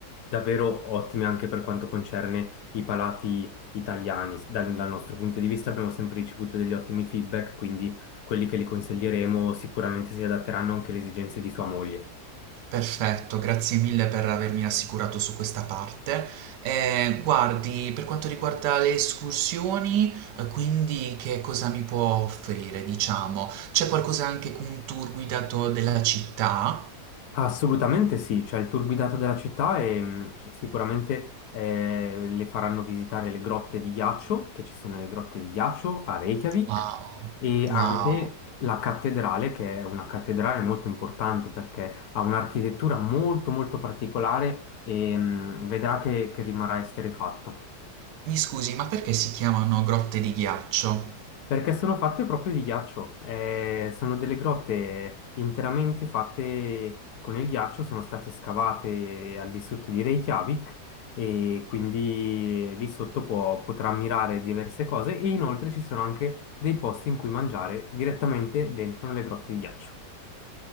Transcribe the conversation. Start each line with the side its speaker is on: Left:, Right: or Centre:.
Left: davvero ottimi anche per quanto concerne i palati italiani. Dal, dal nostro punto di vista abbiamo sempre ricevuto degli ottimi feedback, quindi quelli che gli consiglieremo sicuramente si adatteranno anche alle esigenze di sua moglie.
Right: Perfetto, grazie mille per avermi rassicurato su questa parte. Ehm, guardi, per quanto riguarda le escursioni, eh, quindi che cosa mi può offrire, diciamo? C'è qualcosa anche con un tour guidato della città?
Left: Assolutamente sì, c'è il tour guidato della città e, mh, e sicuramente eh, le faranno visitare le grotte di ghiaccio, che ci sono le grotte di ghiaccio a Reykjavik,
Right: Wow,
Left: e
Right: wow.
Left: anche la cattedrale, che è una cattedrale molto importante perché ha un'architettura molto molto particolare e mh, vedrà che, che rimarrà esterrefatto.
Right: Mi scusi, ma perché si chiamano grotte di ghiaccio?
Left: Perché sono fatte proprio di ghiaccio, eh, sono delle grotte interamente fatte con il ghiaccio, sono state scavate al di sotto di Reykjavik e quindi lì sotto può- potrà ammirare diverse cose e inoltre ci sono anche dei posti in cui mangiare direttamente dentro le grotte di ghiaccio.